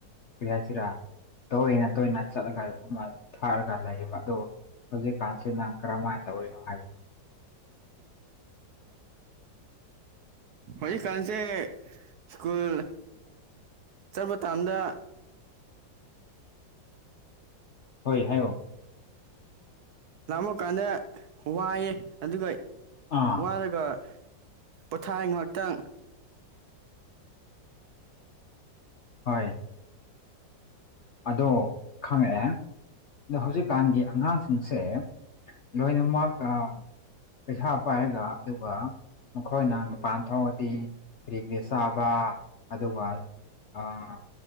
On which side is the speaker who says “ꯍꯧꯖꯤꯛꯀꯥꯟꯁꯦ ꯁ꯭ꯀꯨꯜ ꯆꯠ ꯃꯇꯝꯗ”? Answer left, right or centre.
Right